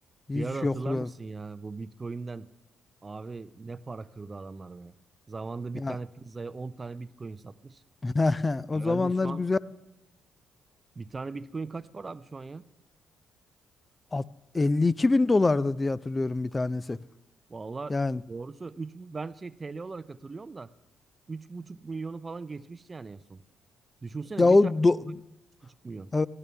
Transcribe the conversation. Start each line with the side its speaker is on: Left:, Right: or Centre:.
Left: Hiç
Right: Bir ara hatırlar
Left: yoklu.
Right: mısın ya bu Bitcoin'den abi ne para kırdı adamlar be. Zamanında
Left: Ya
Right: bir tane pizzaya 10 tane Bitcoin satmış.
Left: <laughs> o
Right: Herhalde
Left: zamanlar
Right: şu an
Left: güzel.
Right: bir tane Bitcoin kaç para abi şu an ya?
Left: Alt- 52 bin dolardı diye hatırlıyorum bir tanesi.
Right: Valla
Left: Yani
Right: doğrusu üç ben şey TL olarak hatırlıyorum da üç buçuk milyonu falan geçmişti yani en son. Düşünsene
Left: ya
Right: bir
Left: o
Right: tane
Left: do-
Right: Bitcoin 3,5 milyon.
Left: e,